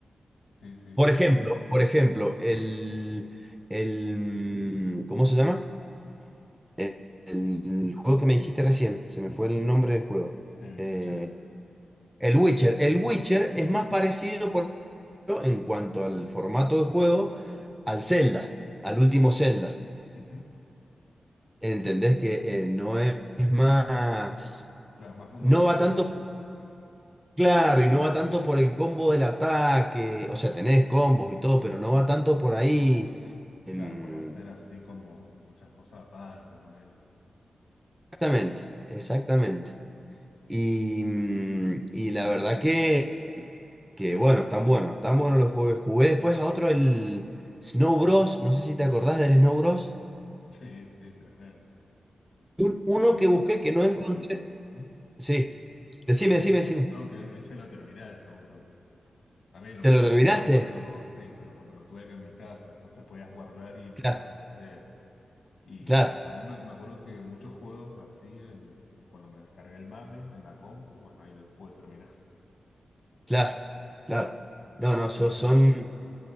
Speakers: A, on the left; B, in the centre.
A: Sí, sí.
B: Por ejemplo, por ejemplo, el, el, mm, ¿cómo se llama? El, el juego que me dijiste recién, se me fue el nombre del juego.
A: El
B: Eh,
A: Witcher.
B: el Witcher. El Witcher es más parecido, por ejemplo, en cuanto al formato de juego, al Zelda, al último Zelda.
A: Ujú.
B: ¿Entendés que eh, no es más,
A: Claro, más mundo
B: no
A: abierto,
B: va tanto,
A: ponele.
B: claro, y no va tanto por el combo del ataque, o sea, tenés combos y todo, pero no va tanto por ahí. em,
A: Claro, puedes hacer así como muchas cosas aparte, ponele.
B: Exactamente, exactamente. Y, mm, y la verdad que, que bueno, están buenos, están buenos los juegos. Jugué después a otro, el Snow Bros. No sé si te acordás del
A: Uf,
B: Snow Bros.
A: sí, sí, tremendo.
B: Un- uno
A: lo otro-
B: que busqué que no encontré.
A: Mm.
B: Sí, decime, decime, decime.
A: No, no, que ese lo terminé el Snowbrook. También lo
B: ¿Te
A: pude
B: lo terminaste?
A: terminar cuando, sí, pero cuando lo tuve acá en mi casa, entonces podías guardar y empezar
B: Claro,
A: donde sea. Y
B: claro,
A: también me, me acuerdo que muchos juegos así, eh, cuando me descargué el mame en la compu, bueno, ahí los pude terminar.
B: claro, claro. No, no, so-
A: ¿Qué me
B: son...
A: ibas a decir?